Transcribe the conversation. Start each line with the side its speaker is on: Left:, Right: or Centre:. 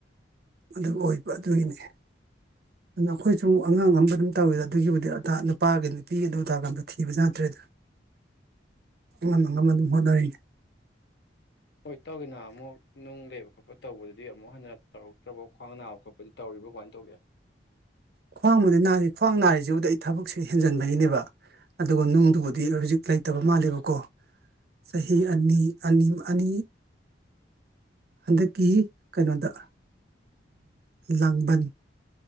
Right: ꯍꯟꯗꯥꯛ ꯑꯣꯏꯕ ꯑꯗꯨꯒꯤꯅꯤ ꯑꯗꯨꯅ ꯑꯩꯈꯣꯏꯁꯨ ꯑꯃꯛ ꯑꯉꯥꯡ ꯑꯃ ꯑꯗꯨꯝ ꯇꯧꯋꯤꯗ ꯑꯗꯨꯒꯤꯕꯨꯗꯤ ꯑ ꯅꯨꯄꯥꯒꯤ ꯅꯨꯄꯤꯒꯤ ꯑꯗꯨ ꯎꯗꯥ ꯀ ꯑꯝꯇ ꯊꯤꯕ ꯌꯥꯗ꯭ꯔꯦꯗ ꯑꯉꯝ ꯑ ꯉꯝꯟꯅ ꯑꯗꯨꯝꯣꯠꯅꯔꯤꯅꯤ
Left: ꯍꯣꯏ ꯇꯧꯒꯦꯅꯍ ꯑꯃꯨꯛ ꯅꯨꯡ ꯂꯩꯕ ꯈꯣꯠꯄ ꯇꯧꯕꯗꯨꯗꯤ ꯑꯗꯨꯗꯤ ꯑꯃꯨꯛ ꯍꯟꯅ ꯇꯧꯔꯛꯇ꯭ꯔꯕ ꯈ꯭ꯋꯥꯡ ꯅꯥꯕ ꯈꯣꯠꯄꯗꯤ ꯇꯧꯔꯤꯕ ꯀꯃꯥꯏꯅ ꯇꯧꯒꯦ
Right: ꯈ꯭ꯋꯥꯡꯕꯨꯗꯤ ꯅꯥꯔꯤ ꯈ꯭ꯋꯥꯡ ꯅꯥꯔꯤꯁꯤꯕꯨꯗꯤ ꯑꯩ ꯊꯕꯛꯁꯦ ꯍꯦꯟꯖꯟꯕꯒꯤꯅꯦꯕ ꯑꯗꯨꯒ ꯅꯨꯡꯗꯨꯕꯨꯗꯤ ꯍꯧꯖꯤꯛ ꯂꯩꯇꯕ ꯃꯥꯜꯂꯦꯕꯀꯣ ꯆꯍꯤ ꯑꯅꯤ ꯑꯅꯤ ꯑꯅꯤ ꯍꯟꯗꯛꯀꯤ ꯀꯩꯅꯣꯗ ꯂꯥꯡꯕꯟ